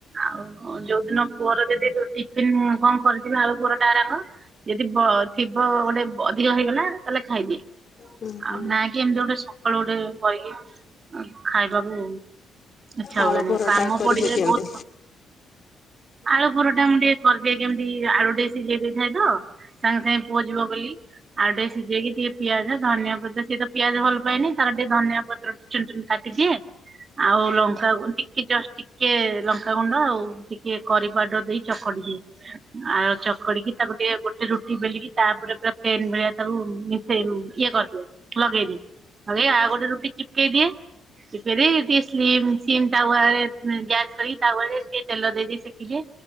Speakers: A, on the right (about 40°); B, on the left (about 45°).
A: ଆଉ ଯୋଉ ଦିନ ପୁଅର ଯଦି ଯୋଉ ଟିଫିନ କଣ କରିଥିବି ଆଳୁ ପରଟା ହେରାକ ଯଦି ବ ଥିବ ଗୋଟେ ଅଧିକ ହେଇଗଲା ତାଲେ ଖାଇଦିଏ।
B: ହୁଁ ହୁଁ
A: ଆଉ ନାଇଁକି ଏମିତି ଗୋଟେ ସକାଳୁ ଗୋଟେ କରିକି ଖାଇବାକୁ ଇଛା
B: ଆଳୁ
A: ହୁଏନି,
B: ପରଟା
A: କାମ
B: କରିକି
A: ପଡିଯାଏ
B: ଦିଅନ୍ତି।
A: ବହୁତ। ଆଳୁ ପରଟା ମୁଁ ଟିକେ କରିଦିଏ କେମିତି ଆଳୁ ଟିକେ ସିଝେଇ ଦେଇଥାଏ ତ। ସାଙ୍ଗେ ସାଙ୍ଗେ ପୁଅ ଯିବ ବୋଲି। ଆଳୁ ଟିକେ ସିଝେଇକି ଟିକେ ପିଆଜ ଧନିଆ ପତ୍ର ସିଏତ ପିଆଜ ଭଲ ପାଏନି ତାର ଟିକେ ଧନିଆ ପତ୍ର ଚୂନ ଚୁନ କାଟିଦିଏ, ଆଉ ଲଙ୍କା ଟିକେ ଜଷ୍ଟ ଟିକେ ଲଙ୍କାଗୁଣ୍ଡ ଆଉ। ଟିକେ କରି ପାଉଡର ଦେଇ ଚକଟିଦିଏ। ଆଉ ଚକଡିକି ତାକୁ ଟିକେ ଗୋଟେ ରୁଟି ବେଲିକି ତାପରେ ପୁରା ପ୍ଲେନ ଭଳିଆ ତାକୁ ସେ ରୁ ଇଏ କରିଦିଏ ଲଗେଇଦିଏ, ଲଗେଇ ଆଉ ଗୋଟେ ରୁଟି ଚିପକେଇ ଦିଏ। ଚିପକେଦେଇ ଟିକେ ସ୍ଲିମ ସିମ ତାୱାରେ ଗ୍ୟାସ ସାରିକି ତାୱାରେ ଟିକେ ତେଲ ଦେଇଦିଥିବି। ସେକି ଦିଏ